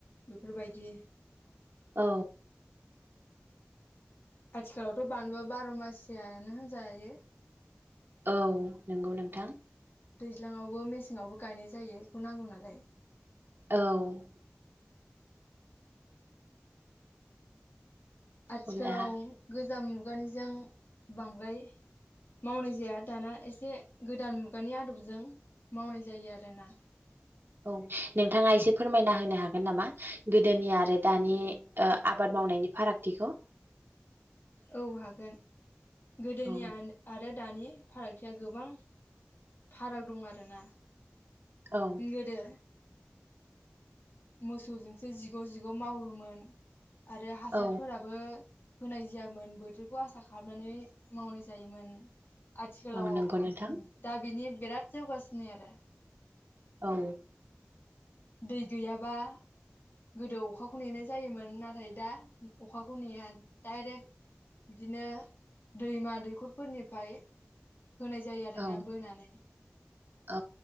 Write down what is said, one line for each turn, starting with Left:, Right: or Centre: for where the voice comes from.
Left: बेफोरबायदि
Right: औ
Left: आथिखालावथ' बानलु बार' मासियायानो होनजायो
Right: औ नंगौ नोंथां ।
Left: दैज्लाङावबो मेसेङावबो गायनाय जायो बेखौ नांगौ नालाय
Right: औ
Left: आथिखालाव
Right: अब्ला
Left: गोजाम मुगानिजों बांद्राय मावनाय जाया दाना एसे गोदान मुगानि आदबजों मावनाय जायो आरोना
Right: औ नोंथाङा एसे फोरमायना होनो हागोन नामा गोदोनि आरो दानि आबाद ओ मावनायनि फारागथिखौ
Left: औ हागोन गोदोनि
Right: औ
Left: आन आरो दानि फारागथिया गोबां फाराग दं आरोना
Right: औ
Left: गोदो मोसौजोंसो जिग' जिग' मावोमोन आरो हासारफोराबो
Right: औ
Left: होनाय जायामोन बोथोरखौ आसा खालामनानै मावनाय जायोमोन । आथिखालाव
Right: औ नंगौ नोंथां
Left: दा बिनि बिराद जौगासिनो आरो
Right: औ
Left: दै गैयाबा गोदो अखाखौ नेनाय जायोमोन नाथाय दा अखाखौ नेया डाइरेक्ट बिदिनो दैमा दैख'रफोरनिफ्राय होनाय जायो आरोना
Right: औ
Left: बोनानै
Right: औ